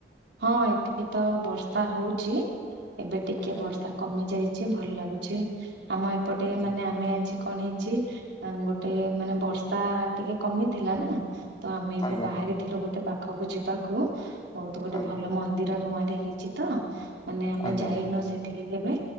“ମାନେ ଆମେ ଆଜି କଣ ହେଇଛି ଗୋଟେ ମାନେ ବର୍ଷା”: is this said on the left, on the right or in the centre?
Right